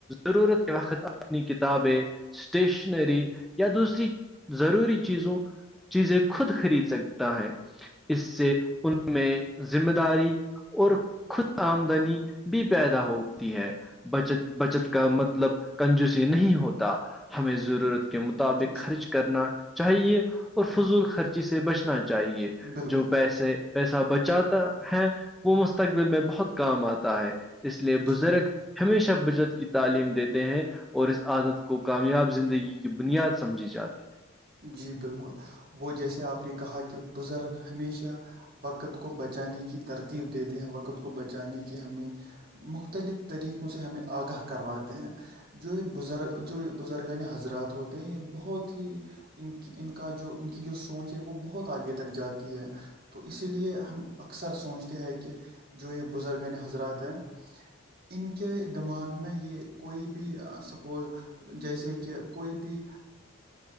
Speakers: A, in the centre; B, on the right (about 50°).
A: ضرورت وقت اپنی کتابیں اسٹیشنری یا دوسری ضروری چیزوں چیزیں خود خرید سکتا ہے اس سے ان میں ذمہ داری اور خود آمدنی بھی پیدا ہوتی ہے بچت بچت کا مطلب کنجوسی نہیں ہوتا ہمیں ضرورت کے مطابق خرچ
B: جی
A: کر کرنا چاہیے اور فضول خرچی سے بچنا چاہیے
B: بالکل
A: جو پیسے پیسہ بچاتا ہے وہ مستقبل میں بہت کام آتا ہے اس لیے بزرگ
B: جی
A: ہمیشہ بچت کی تعلیم دیتے ہیں اور اس عادت کو کو کامیاب زندگی کی بنیاد سمجھی جاتی ہے
B: جی بالکل وہ جیسے آپ نے کہا کہ بزرگ ہمیشہ وقت کو بچانے کی ترتیب دیتے ہیں وقت کو بچانے کی ہمیں مختلف طریقوں سے ہمیں آگاہ کرواتے ہیں جو یہ بزرگ جو بزرگان حضرات ہوتے ہیں یہ بہت ہی ان کی ان کا جو ان کی جو سونچ ہے وہ بہت آگے تک جاتی ہے تو اسی لیے ہم اکثر سوچتے ہیں کہ جو یہ بزرگ حضرات ہیں ان کے دماغ میں یہ کوئی بھی سپز جیسے کہ کوئی بھی